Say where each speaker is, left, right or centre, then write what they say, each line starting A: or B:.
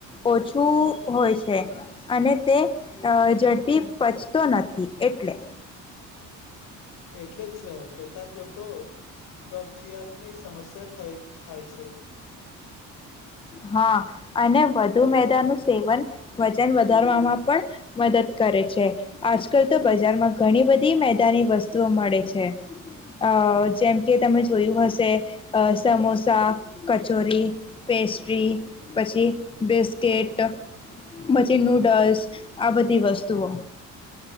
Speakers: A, on the left; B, on the left.
A: ઓછું હોય છે. અને તે અ ઝડપી પચતો નથી એટલે
B: એટલે જ કેટલાક લોકો કબજયાતની સમસ્યા થાય થાય છે.
A: હા અને વધુ મેદાનુ સેવન વજન વધારવામાં પણ મદદ કરે છે આજકાલ તો બજારમાં ઘણી બધી મેદાની વસ્તુઓ મળે છે. અ જેમ કે તમે જોયું હશે અ સમોસા કચોરી પેસ્ટ ટ્રી પછી બિસ્કેટ પછી નૂડલ્સ આ બધી વસ્તુઓ